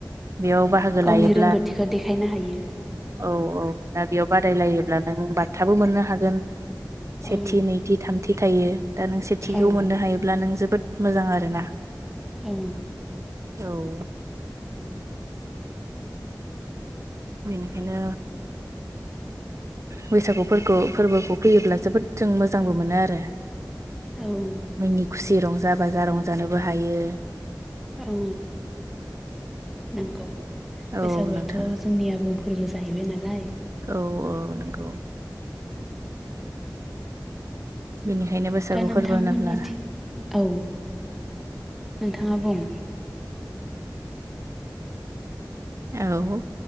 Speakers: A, on the right (about 45°); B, in the centre.
A: बेयाव बाहागो
B: गावनि
A: लायो। औ
B: रोंगौथिखौ देखायनो हायो
A: औ औ दा बेयाव बादायलायोब्ला नों बान्थाबो मोननो हागोन। सेथि
B: औ
A: नैथि थामथि थायो दा नों सेथिखौ
B: औ
A: मोननो हायोब्ला नों जोबोद मोजां आरोना।
B: औ
A: औ बेनिखायनो बैसागुफोरखौ फोरबोखौ फैयोब्ला जोबोद जों मोजांबो मोनो आरो।
B: औ
A: मिनि खुसि रंजा बाजा रंजानोबो हायो।
B: औ नंगौ
A: औ
B: बैसागुआथ'
A: नोंथां
B: जोंनि आबुंफोर फोरबो जाहैबाय नालाय।
A: औ औ नोंगौ। बेनिखायनो बैसागु
B: दा नोंथांमोननि
A: फोरबो होनोब्ला
B: औ नोंथाङा बुं
A: औ